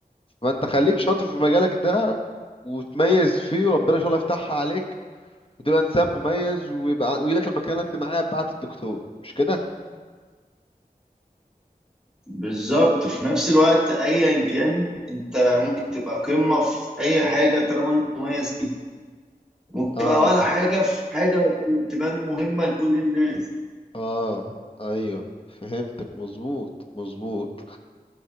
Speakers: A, on the left; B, in the centre.
A: فانت خليك شاطر في مجالك ده وتميز فيه وربنا ان شاء الله يفتحها عليك وتبقى انسان مميز ويبقى ويجيلك المكانه الاجتماعيه بتاعه الدكتور مش كده
B: بالظبط في نفس الوقت ايا كان انت ممكن تبقى قمه في اي حاجه طالما انت مميز فيها ممكن
A: اه
B: تبقى ولا حاجه في حاجه تبان مهمه لكل الناس
A: اه ايوه فهمتك مظبوط مظبوط